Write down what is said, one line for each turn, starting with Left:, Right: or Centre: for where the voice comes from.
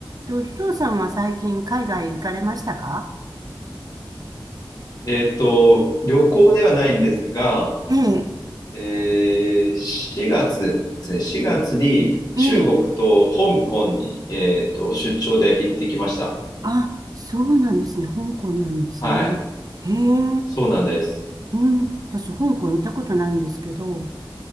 Right: と、ひとさんは最近海外行かれましたか
Left: えっと、旅行ではないんですが、
Right: ええ、
Left: えー、4月ですね、4月に中国と香港に、
Right: ええ、
Left: えっと、出張で行ってきました。
Right: あ、そうなんですね。香港なんですね。
Left: はい。
Right: へえ、
Left: そうなんです。
Right: うん。私、香港行ったことないんですけど、